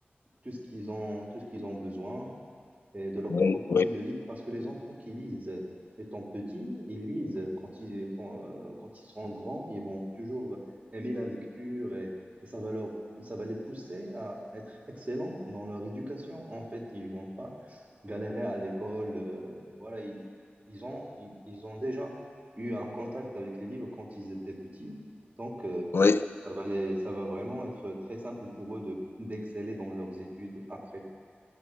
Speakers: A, on the right; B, on the left.
A: tout ce qu'ils ont, tout ce qu'ils ont besoin et de leur
B: Oui,
A: proposer
B: oui,
A: de lire parce que les enfants qui lisent étant petits, ils lisent quand ils, quand, euh, quand ils seront grands, ils vont toujours aimer la lecture et, et ça va leur, ça va les pousser à être excellents dans leur éducation. En fait, ils vont pas galérer à l'école. euh, voilà, ils, ils ont, ils, ils ont déjà eu un contact avec les livres quand ils étaient petits. Donc, euh,
B: oui,
A: ça va les- ça va vraiment être très simple pour eux de, d'exceller dans leurs études après.